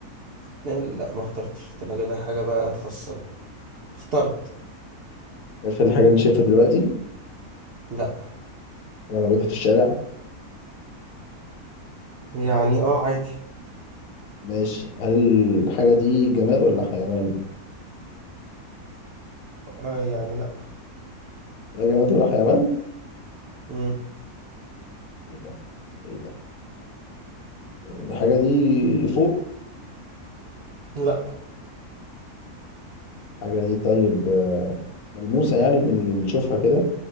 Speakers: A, on the right (about 75°); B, on the left (about 70°).
A: لا ما اخترتش التلاجة، ده انا جايب لك حاجة بقى تخسرك اخترت
B: ماشي، هل الحاجة دي انت شايفها دلوقتي
A: لا
B: حاجة موجودة في الشارع
A: يعني اه عادي
B: ماشي هل الحاجة دي جماد ولا حيوان
A: آه يعني لا
B: لا جماد ولا حيوان
A: مم.
B: ايه ده طب ايه ده الحاجة دي فوق
A: لا
B: الحاجة دي طيب آه، ملموسة يعني بن- بنشوفها كده